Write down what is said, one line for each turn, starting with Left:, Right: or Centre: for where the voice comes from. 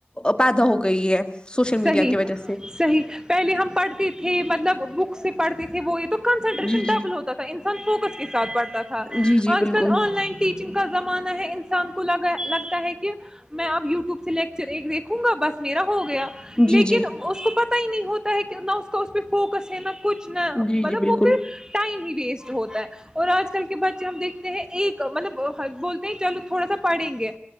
Left: پیدا ہو گئی ہے سوشل
Right: صحیح
Left: میڈیا کی وجہ سے
Right: صحیح پہلے ہم پڑھتے تھے مطلب بک سی پڑتی تھی وہ تو کنسنٹریشن
Left: جی
Right: ڈبل
Left: جی
Right: ہوتا تھا انسان فوکس کے سھ پڑھ تھا
Left: جی جی
Right: آج
Left: بالکل
Right: کل آن لائن ٹیچنگ کا زمانہ ہے انسان کو لا لگتا ہے کہ میں اب یو وب سے لیکچر ایک دیکھوں گا بس میرا ہو گیا لیکن
Left: جی جی
Right: اس کےوپر ہی نہیں ہوتا ہے کہ نہ اس کا اس پہ فوکس ہے نہ کچھ نا
Left: جی
Right: مطلب
Left: جی بالکل
Right: وہ پھر ٹائم ہی ویسٹ ہوتا ہے اور آج کل کے بچے ہم دیکھتے ہیں ایک مطلب بولتے ہیں چلو تھوڑا سا پڑھیں گے